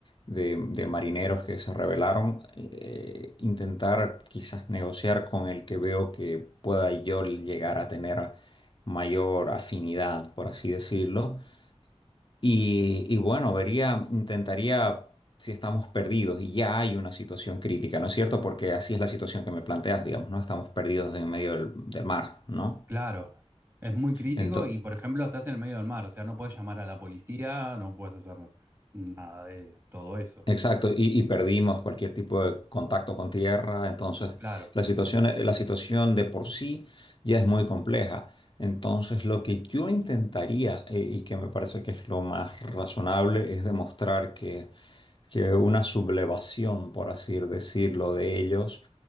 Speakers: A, on the left; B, on the right.
A: de- de marineros que se rebelaron, eh, intentar quizás negociar con el que veo que pueda yo llegar a tener mayor afinidad, por así decirlo y, y bueno, vería, intentaría si estamos perdidos y ya hay una situación crítica, ¿no es cierto? Porque así es la situación que me planteas, digamos, ¿no? Estamos perdidos en medio del, del mar, ¿no?
B: Claro, es muy crítico
A: Entonces,
B: y, por ejemplo, estás en el medio del mar, o sea, no puedes llamar a la policía, no puedes hacer nada de todo eso.
A: exacto, y, y perdimos cualquier tipo de contacto con tierra, entonces
B: Claro.
A: la situación, eh, la situación de por sí ya es muy compleja. Entonces, lo que yo intentaría, eh, y que me parece que es lo más razonable, es demostrar que que una sublevación, por así decirlo, de ellos,